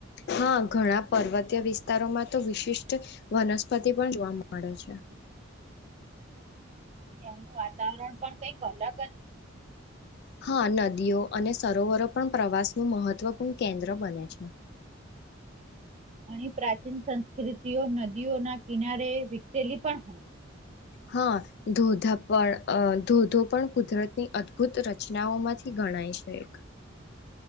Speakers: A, on the left; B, on the right.
A: હા ઘણા પર્વતીય વિસ્તારોમાં તો વિશિષ્ટ વનસ્પતિ પણ જોવા મળે છે.
B: અને ત્યાંનું વાતાવરણ પણ કઈક અલગ જ
A: હા નદીઓ અને સરોવરો પણ પ્રવાસનું મહત્વપૂર્ણ કેન્દ્ર બને છે
B: અને પ્રાચીન સંસ્કૃતિઓ નદીઓના કિનારે વિકસેલી પણ હોય
A: હા ધોધા પણ ધોધો પણ કુદરતની અદભુત રચનાઓ માંથી ગણાય છે એક